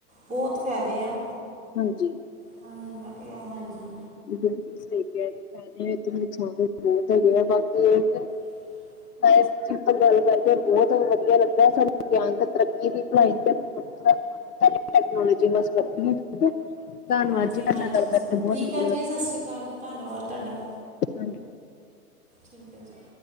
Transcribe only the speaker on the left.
ਹਾਂਜੀ
ਬਿਲਕੁ ਸਹੀ ਕਹਿ ਰਹਿ ਓ ਫੈਦੇ ਤੇ ਨੁਕਸਾਨ ਵੀ ਬਹੁਤ ਹੈਗੇ ਆ ਬਾਕੀ ਇਕ
ਇਸ ਚੀਜ਼ ਤੋ ਗੱਲ ਕਰਕੇ ਬਹੁਤ ਵਧੀਆ ਲੱਗਾ ਸਾਨੂੰ <unintelligible> ਤੇ ਤਰੱਕੀ ਦੀ ਭਲਾਈ ਤੇ ਫੈਦੇ ਤਾ ਬੋਤ <unintelligible> ਹੂੰ ਠੀਕ ਐ, ਧੰਨਵਾਦ
ਜੀ ਤੁਆਡੇ
ਨਾਲ ਗੱਲ ਕਰਕੇ
ਬਹੁਤ
ਵੀ
ਹਾਂਜੀ